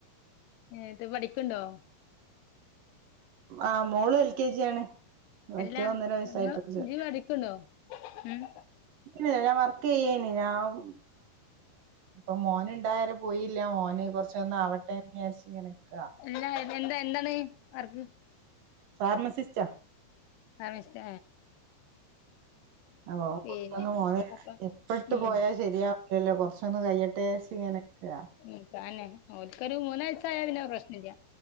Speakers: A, on the left (about 80°); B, on the right (about 60°).
A: ഏഹ് ഇത് പഠിക്കണ്ടോ
B: ആഹ് മോള് എൽ കെ ജി ആണ് മറ്റേ
A: അല്ലാ
B: ഒന്നര വയസായിട്ടുള്ള
A: നിങ്ങ ഇജ് പഠിക്കണ്ടോ ഉം
B: ഇല്ല ഞാൻ വർക്ക് ചെയ്യേ ഞാൻ ഇപ്പൊ മോനുണ്ടായ പോയില്ല മോന് കുറച്ചൊന്ന് അവട്ടേന്ന് വിചാരിച്ച് ഇങ്ങനെ നിക്ക
A: എല്ലാ എന്താ എന്താണ് വർക്ക്
B: ഫാർമസിസ്റ്റാ
A: ഫാർമസിസ്റ്റ
B: അ
A: പിന്നെ
B: പുത്തൊന്ന് പോന്ന <unintelligible>
A: അപ്പൊ
B: ഇപ്പട്ട്
A: ഉം
B: പോയാൽ ശരിയാ ഇല്ലല്ലോ കുറച്ചൊന്ന് കഴിയട്ടെ വിചാരിച്ച് ഇങ്ങനെ നിക്കാ
A: ഉം തന്നെ ഓക്കൊരു മൂന്ന് വയസ്സായ പിന്നെ പ്രശ്നല്ല